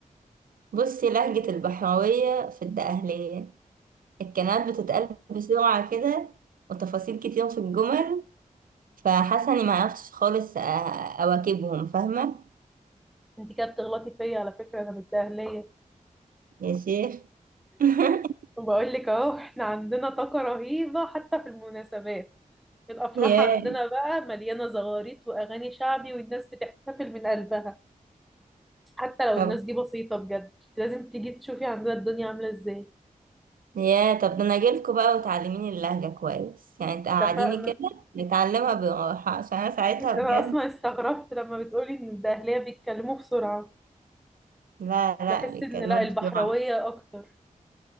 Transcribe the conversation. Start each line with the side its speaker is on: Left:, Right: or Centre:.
Right: بصي لهجة البحراوية في الدقهلية الكلمات بتتقال بسرعة كده وتفاصيل كتير في الجمل فحاسة إني معرفتش خالص أ- أواكبهم فاهمة
Centre: انت كده بتغلطي فيا على فكرة انا مش دهلية
Right: يا شيخ <laughs>
Centre: وبقول لك اهو احنا عندنا طاقة رهيبة حتى في المناسبات الافراح
Right: ياه
Centre: عندنا بقى مليانة زغاريت واغاني شعبي والناس بتحتفل من قلبها حتى لو
Right: طب
Centre: الناس دي بسيطة بجد لازم تيجي تشوفي عندنا الدنيا عاملة ازاي
Right: ياه طب ده أنا أجيلكوا بقى وتعلميني اللهجة كويس يعني تقعديني
Centre: اتفقنا
Right: كده نتعلمها براحة عشان أنا ساعتها
Centre: انا
Right: بجد
Centre: اصلا استغربت لما بتقولي ان الدهلية بيتكلموا بسرعة
Right: لا لا
Centre: بحس
Right: بيتكلموا
Centre: ان لا البحراوية
Right: بسرعة
Centre: اكتر